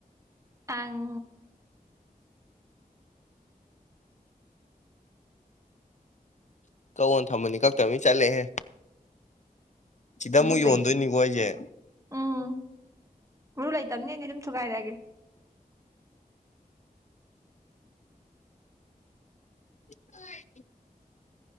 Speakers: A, on the right (about 20°); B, on the left (about 50°).
A: ꯑꯪ
B: ꯀꯛꯑꯣ ꯊꯝꯕꯅꯤ ꯀꯛꯇꯕꯅꯤ ꯆꯠꯂꯦꯍꯦ ꯁꯤꯗ
A: ꯇꯨꯀꯨꯠꯆꯩꯌꯦ
B: ꯑꯃꯨꯛ ꯌꯣꯟꯗꯣꯏꯅꯤꯀꯣ ꯑꯩꯁꯦ
A: ꯎꯝ ꯃꯔꯨ ꯂꯩꯇꯝꯅꯤꯅ ꯑꯗꯨꯝ ꯊꯨꯒꯥꯏꯔꯛꯑꯒꯦ
B: <inaudible>